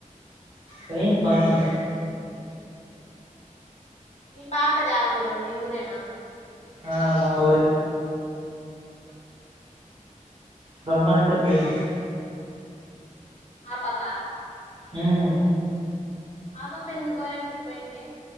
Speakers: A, on the right; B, on the left.
A: పోయింది పనుంటే
B: మీ పాప ది ఎ ఊరు మీ ఊరేనా
A: ఆ మా ఊరే
B: ఉహు
A: రమ్మనంటే పోయింది.
B: ఆపాప
A: హుమ్
B: ఆపాప ఎందుకు గోరంట్లకి పోయింది